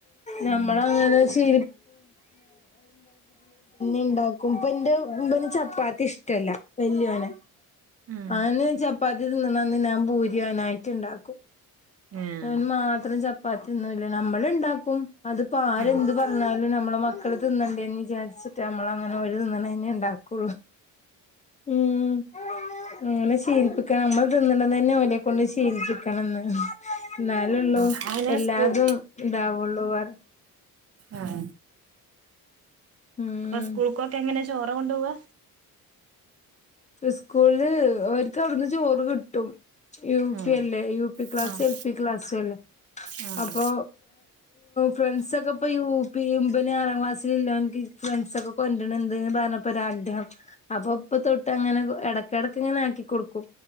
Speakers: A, on the left; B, on the right.
A: നമ്മള
B: ഉം
A: അങ്ങന ശ <unintelligible> ഇണ്ടാക്കും ഇപ്പ ഇന്റെ മുബുന് ചപ്പാത്തി ഇഷ്ടല്ല വല്ല്യോന്
B: ഉം
A: അവന് ചപ്പാതിതിന്ന്ന്നന്ന് ഞാൻ ബൂരി അവനായിട്ട് ഇണ്ടാക്കും
B: ഏഹ്
A: അവന്‌മാത്രം ചപ്പാത്തിന്നൂല്ല നമ്മള് ഇണ്ടാക്കും അത്പ്പോ ആരെന്ത്
B: ആഹ്
A: പറഞ്ഞാലും നമ്മളെ മക്ക് മക്കള് തിന്നണ്ടേന്ന് വിചാരിച്ചിട്ട് നമ്മള് അങ്ങനെ ഓല്തിന്ന്ണന്നെ ഇണ്ടാക്കുള്ളു ഉം അങ്ങനെ ശീലിപ്പിക്കണം നമ്മള് തിന്ന്ണ തന്നെ ഓലെകൊണ്ട് ശീലിപ്പിക്കണംന്ന് എന്നാലൊള്ളൂ
B: ആഹ് അങ്ങനെ
A: എല്ലാതും
B: സ്കൂൾ
A: ഇതാവുള്ളൂ വേർ
B: ആഹ
A: ഉം
B: അപ്പ സ്കൂൾക്കൊക്കെ എങ്ങനെ ചോറാ കൊണ്ടോവാ
A: സ്കൂൾല് ഓൽക്കവ്ടുന്ന് ചോറ് കിട്ടും യു
B: ആഹ്
A: പി അല്ലേ യു പി ക്ലാസ്
B: ആഹ്
A: എൽ പി ക്ലാസൊല്ലേ
B: ആഹ്
A: അപ്പൊ ഫ്രണ്ട്സ് ഒക്കെ ഇപ്പ യു പിം പിനെ ആറാം ക്ലാസ്സൽല്ല ഓൻക്കിഫ്രണ്ട്സ്ഒക്കെ കൊണ്ട്ണ് പറ ണ്ട്റർപ്പം <unintelligible> അപ്പൊ ഇപ്പൊ തൊട്ട്- ത് അങ്ങനെ എടക്കടക്ക് ഇങ്ങനെ ആക്കി കൊടുക്കും